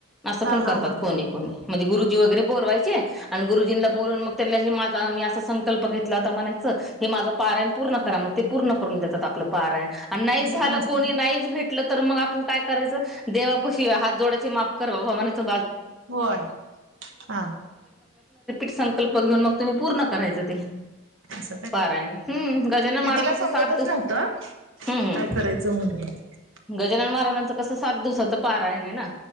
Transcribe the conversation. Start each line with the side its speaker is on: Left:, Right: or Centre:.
Right: हा
Centre: असं पण
Right: हा
Centre: करतात
Right: हा हा
Centre: कोणी
Right: हा
Centre: कोणी म्हणजे गुरुजी वगैरे बोलवायचे आणिुरुजींना
Right: हो
Centre: बोलून म त्या हे मी असा संकल्प घेतला होता म्हणायचं हे माझं पारायण पूर्ण करा म्ह ते पूर्ण करून देतात आपलं पारायण आणि नाहीच
Right: असं
Centre: झालं
Right: पण असतं
Centre: कोणी
Right: ते
Centre: नाहीच भेट मग आपण काय करायच देवाप हात जोडाची माप े त
Right: होय हा
Centre: संकल्पेऊन मग तुम्ही पूर्ण करायचं ते
Right: अस
Centre: पारायण हम्म गजानन
Right: ते
Centre: महाराजाचं
Right: तिला समजतच
Centre: सात दिवस
Right: नव्हतं
Centre: हम्म
Right: काय
Centre: हम्म
Right: करायचं म्हण ह
Centre: गजानन महाराजांचं कसं सात दिवसाच पारा आहे नाही ना